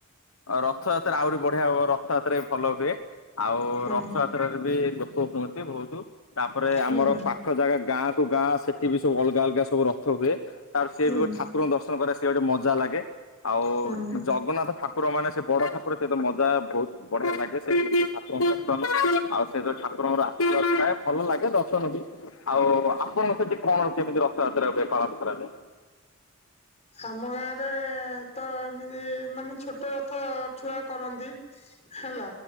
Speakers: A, on the left (about 70°); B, on the left (about 30°).
A: ଅ ରଥଯାତ୍ରା ଆହୁରି ବଢିଆ ହବ ରଥଯାତ୍ରା ବି ଭଲ ହୁଏ। ଆଉ
B: ହୁଁ
A: ରଥଯାତ୍ରା ପାଖରେ ବି ଲୋକ କୁହନ୍ତି ବହୁତ ତାପରେ
B: ହୁଁ
A: ଆମର ପାଖ ଜାଗା ଗାଁ ଗାଁ ସେଠି ବି ସବୁ ଅଲଗା ଅଲଗା ସବୁ ରଥ ହୁଏ ତା ପରେ ସେ
B: ହୁଁ
A: ବି ଠାକୁରଙ୍କ ଦର୍ଶନ କରେ ସେ ଗୋଟେ ମଜା ଲାଗେ ଆଉ
B: ହୁଁ
A: ଜଗନ୍ନାଥ ଠାକୁର ମାନେ ସେ ବଡ ଠାକୁର ସେତ ମଜା ବହୁତ ବଢିଆ ଲାଗେ ସେ ଠକୁରଙ୍କୁ ଦର୍ଶନ ଆଉ ସେ ଯୋଉ ଠାକୁରଙ୍କର ଆସିର୍ବାଦ ଥାଏ ଭଲ ଲାଗେ ଦର୍ଶନ ବି ଆଉ ଆପଣଙ୍କ ସେଠି କଣ ଅଛି ଏମିତି ରଥଯାତ୍ରା ହୁଏ ପାଳନ କରାଯାଏ।
B: ଆମ ଗାଁ ରେ ତ ଏମିତି ମାନେ ଛୋଟ ରଥ ଛୁଆ କରନ୍ତି ହେଲା